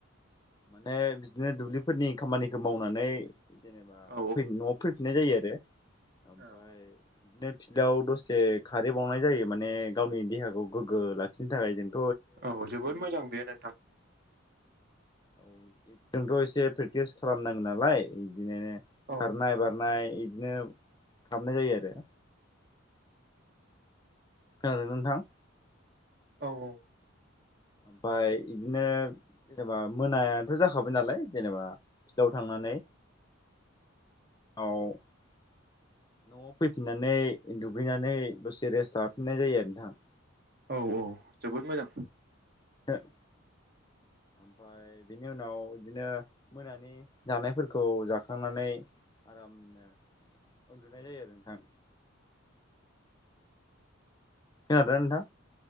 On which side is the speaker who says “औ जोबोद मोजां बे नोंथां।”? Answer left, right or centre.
Right